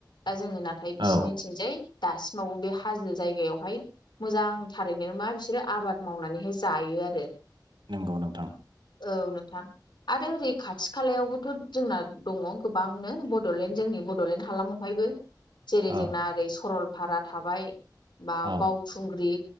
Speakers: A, on the left (about 75°); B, on the right (about 80°).
A: दा जोङो नाथाय
B: औ
A: बिसिोरनि थिंजाय दासिमावबो बे हाजो जायगायावहाय मोजांथारैनो मा बिसोरो आबाद मावनानैहाय जायो आरो
B: नंगौ नोंथां
A: औ नोंथां आरो ओरै खाथि खालायावबोथ' जोंना दङ गोबांनो बड'लेण्ड जोंनि बड'लेण्ड हालामाव बेहायबो जेरै
B: औ
A: जोंना ओरै सरलपारा थाबाय बा
B: औ
A: बाव खुंग्रि